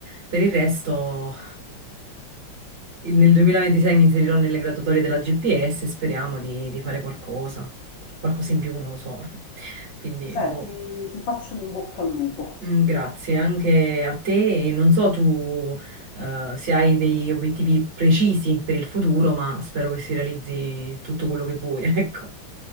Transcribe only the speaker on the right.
Per il resto. Il- Nel 2026 mi inserirò nelle graduatorie della GPS e speriamo di, di fare qualcosa, qualcosa in più, non lo so. <laughs> Quindi,
boh.
Mm, Grazie anche a te e non so tu eh, se hai degli obiettivi precisi per il futuro, ma spero che si realizzi tutto quello che vuoi, <laughs> ecco.